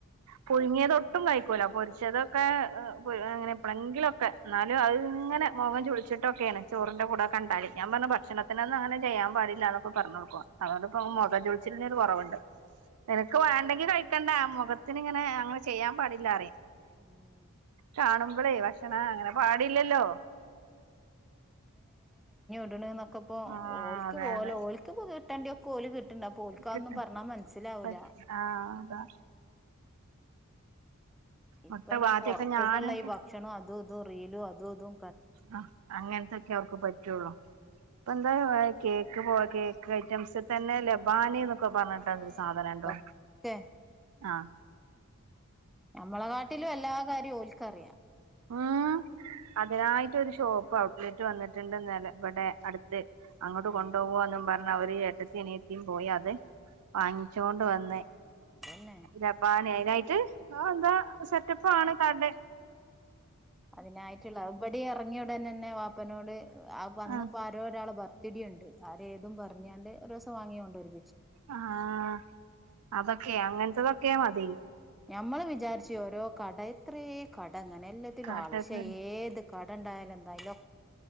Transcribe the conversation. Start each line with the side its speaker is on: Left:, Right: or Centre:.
Right: <unintelligible> പുഴുങ്ങ്യത്
Centre: അതാ പറഞ്ഞേ
Right: ഒട്ടും കഴിക്കൂല. പൊരിച്ചതൊക്കെ
Centre: ഉം
Right: ഏഹ് <unintelligible> അങ്ങനെ എപ്പളെങ്കിലൊക്കെ ന്നാലും അത് ഇങ്ങനെ മുഖം ചുളിച്ച് <unintelligible> ചോറിന്റെ
Centre: അതന്നെ
Right: കൂടെ കണ്ടാല് ഞാൻ പറഞ്ഞു <unintelligible> ക്ഷണത്തിനൊന്നങ്ങനെ ചെയ്യാം പാടില്ലാനൊക്കെ പറഞ്ഞൊട്ക്കും അതോണ്ട്പ്പോ മൊ ഖം ചുളിച്ചിൽ ക്കലിനൊര് കൊറവ്ണ്ട് നിനക്ക് വേണ്ടെങ്കിൽ കഴി ക്കണ്ടാ മൊഖത് ത്ത്ങ്ങനെ അങ്ങനെ ചെയ്യാൻ പാടില്ലാറീം
Centre: ഉം
Right: കാണുമ്പളേ ഭക്ഷണാ
Centre: ഉം
Right: അങ്ങനെ പാടില്ലല്ലോ
Centre: ണ് നൊ <unintelligible> ക്കപ്പോ
Right: ആഹ്
Centre: ഓലക്ക്
Right: അതെ
Centre: പോലെ
Right: അതെ
Centre: ഓല്ക്ക് തപ് തന്റെ കോല് ക് ണ്ട പോൽക്കതൊന്നും
Right: കിട്ടും
Centre: പറഞ്ഞാ മനസ്സിലാവൂല.
Right: പറ്റ് ആഹ് അതാ
Centre: ഇപ്പൊ
Right: മുട്ട
Centre: നീ
Right: ആദ്യൊക്കെ
Centre: പൊറത്ത്ന്ന്ള്ള
Right: ഞാനൊക്കെ
Centre: ഭക്ഷണോം അതൂതും അതൂമ് റീലും അതൂമ്തും
Right: ആ അങ്ങനത്തൊക്കെ അവർക്ക് പറ്റൊള്ളൂ പ്പന്ന് കേക്ക് പോ കേക്ക് ഐറ്റംസ് തന്നെ
Centre: ഉം
Right: ലബാനി എന്നൊക്കെ പറഞ്ഞിട്ടൊര്
Centre: ഏ
Right: സാധനണ്ടോ
Centre: എന്തൊക്കെ
Right: ആഹ്
Centre: ങ്ങമ്മളെ കാട്ടിലും എല്ലാ കാര്യവും ഓൽ ക്കറിയാം
Right: ഹൂം അതിനായിട്ടൊര് ഷോപ്പ് ഔട്ട്ലെറ്റ് വന്ന്ട്ട്ണ്ട് ഇവടെ അട് ത്ത് അങ്ങട്ട്
Centre: ആഹ്
Right: കൊണ്ടോവോന്നും പ അവര് ഏട്ടത്തീം അനിയത്തീം പോയി അത് വാങ്ങിച്ചൊണ്ട് വന്ന്
Centre: ആഹ് അതന്നെ
Right: ലബാനി നായിട്ട് ആഹ് എന്താ സെറ്റപ്പാണ് കടേ
Centre: അതിനായിട്ടുള്ളപടി ഇറങ്ങിയ ഉടൻ തന്നെ വാപ്പനോട് ആ വന്നപ്പോ
Right: ആഹ്
Centre: ആരോ ഒരാള് ഭർത്ത- തിടിയുണ്ട് ആരേതും പറഞ്ഞാണ്ട് ഒരു വാങ്ങിക്കൊണ്ടിരി
Right: ആഹ അതൊക്കെ അങ്ങനെ ഇതൊക്കെ മതി
Centre: ഞമ്മള് വിചാരിച്ച ഓരോ കടത്രീ കട അങ്ങനെ എല്ലാത്തിലും
Right: കാട്ടക്കറി
Centre: ആൾ ഏത് കട ഉണ്ടായാല എന്താലലോ